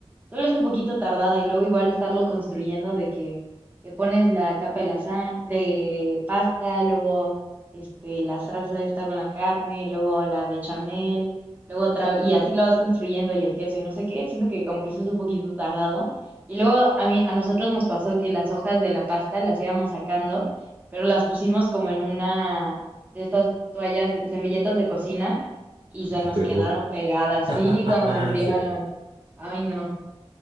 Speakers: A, on the right (about 15°); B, on the right (about 50°).
A: Solo es un poquito tardada y luego igual estarlo construyendo de que, que pones la capa de lasa- de pasta, luego este, la salsa esta con la carne, luego la bechamel, luego otra, y así lo vas construyendo y el queso y no sé qué, siento que como que eso es un poquito tardado. Y luego a mí, a nosotros nos pasó que las hojas de la pasta las íbamos sacando, pero las pusimos como en una de estas toallas, de- servilletas de cocina y se
B: te
A: nos
B: pegó.
A: quedaron pegadas,
B: <laughs>
A: sí, cuando se enfriaron.
B: Sí.
A: Ay, no.